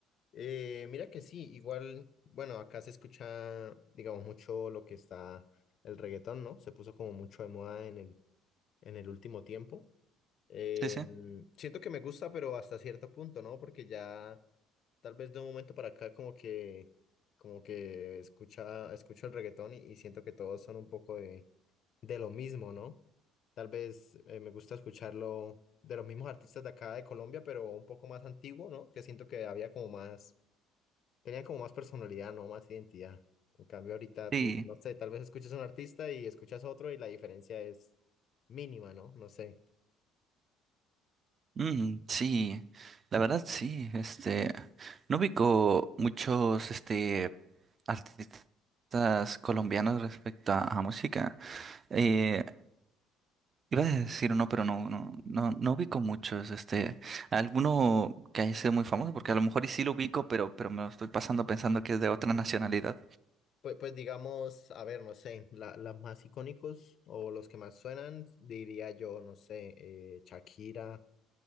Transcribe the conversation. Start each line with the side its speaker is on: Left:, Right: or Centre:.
Left: eh, mira que sí, igual, bueno, acá se escucha, digamos, mucho lo que está el reggaetón, ¿no? Se puso como mucho de moda en el, en el último tiempo. Eh,
Right: Sí, sí.
Left: siento que me gusta, pero hasta cierto punto, ¿no? Porque ya tal vez de un momento para acá como que, como que escucha, escucho el reggaetón y, y siento que todos son un poco de, de lo mismo, ¿no? Tal vez eh, me gusta escucharlo de los mismos artistas de acá de Colombia, pero un poco más antiguo, ¿no? Que siento que había como más, tenían como más personalidad, ¿no? Más identidad. En cambio ahorita
Right: Sí,
Left: tú, no sé, tal vez escuchas a un artista y escuchas otro y la diferencia es mínima, ¿no? No sé.
Right: mm, sí, la verdad sí, este, no ubico muchos, este, artistas colombianos respecto a, a música. Eh, iba a decir uno, pero no, no, no, no ubico muchos, este, alguno que haya sido muy famoso, porque a lo mejor y sí lo ubico, pero, pero me lo estoy pasando pensando que es de otra nacionalidad.
Left: Pues, pues digamos, a ver, no sé, la, las más icónicos o los que más suenan, diría yo, no sé, eh, Shakira,